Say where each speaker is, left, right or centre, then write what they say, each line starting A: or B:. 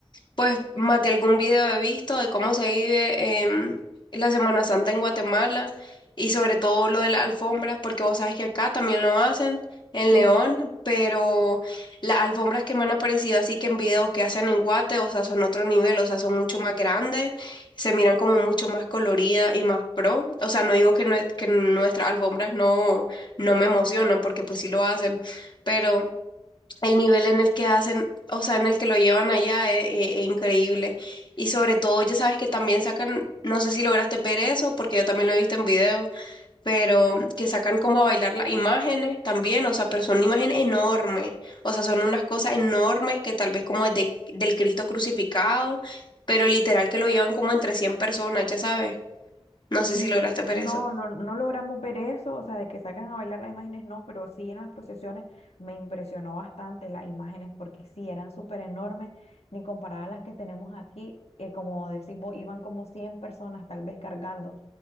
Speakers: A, on the left (about 50°); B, on the left (about 90°).
A: pues más de algún video he visto de cómo se vive em, la Semana Santa en Guatemala y sobre todo lo de las alfombras, porque vos sabes que acá también lo hacen en
B: Sí.
A: León, pero las alfombras que me han aparecido así que en videos que hacen en Guate, o sea, son otro nivel, o sea, son mucho más grandes, se miran como mucho más coloridas y más pro, o sea, no digo que, nue- que nuestras alfombras no, no me emocionan porque pues sí lo hacen, pero... El nivel en el que hacen, o sea, en el que lo llevan allá es, es- es increíble. Y sobre todo, ya sabes que también sacan, no sé si lograste ver eso, porque yo también lo he visto en video, pero que sacan como a bailar las imágenes también, o sea, pero son imágenes enormes, o sea, son unas cosas enormes que tal vez como es de- del Cristo crucificado, pero literal que lo llevan como entre 100 personas, ya sabes. No sé
B: Sí,
A: si lograste ver
B: no,
A: eso.
B: no, no logramos ver eso, o sea, de que sacan a bailar las imágenes, no, pero sí en las procesiones me impresionó bastante las imágenes porque sí eran súper enormes, ni comparadas a las que tenemos aquí, eh, como decís vos, iban como 100 personas tal vez cargando,